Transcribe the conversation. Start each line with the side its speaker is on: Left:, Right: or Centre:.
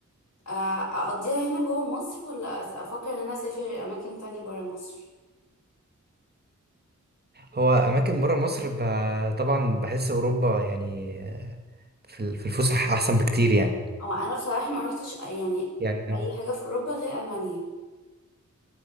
Left: آه، اقضيها هنا جوه مصر ولا أس- افكر ان انا اسافر اماكن تانية برا مصر
Right: هو أماكن برا مصر ب... طبعا بحس أوروبا يعني آه، في ال- في الفسح أحسن بكتير يعني
Left: او انا بصراحة ما روحتش أي- يعني
Right: يعني
Left: اي حاجة في اوروبا غير المانيا